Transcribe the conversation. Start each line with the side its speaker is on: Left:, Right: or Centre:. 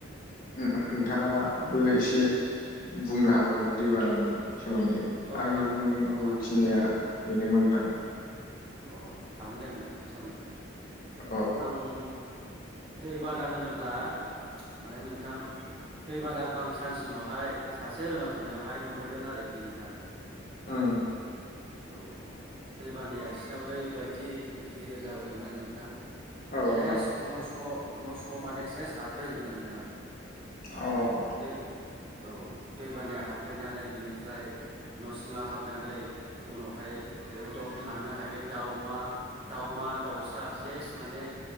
Left: नोंथाङाबो एसे बुंनो हागोन नामा दैबानानि सोमोन्दै
Right: औ औ
Left: आंनि
Right: हा
Left: बुं
Right: औ
Left: गौखिनिया
Right: हागोन नोंथां हागोन
Left: बेनोमोन नोंथां
Right: अ हागोन दे नोंथां सावरायनो हागोन
Left: अ
Right: आं दै बाना होनोब्ला माने नोंथां दै बानाखौ आं सानसे समावहाय सासे लोगोनाव थांनायावहाय नुबोदों आरोखि नोंथां
Left: उम
Right: औ दै बानाया इसिरनाव ओरैबायदि गिदिर जाबोदों माने नोंथां
Left: औ नोंथां
Right: सेस नस' नस' माने सेस हाबफैजोबदों नोंथां
Left: औ
Right: बाय
Left: नोंथां
Right: दै औ दै बानाया हाबफैनानै बिनिफ्राय न' सिङाव हाबनानै उनावहाय एकदम थानो हायाखै दावमा दावमा दाउसा सेस माने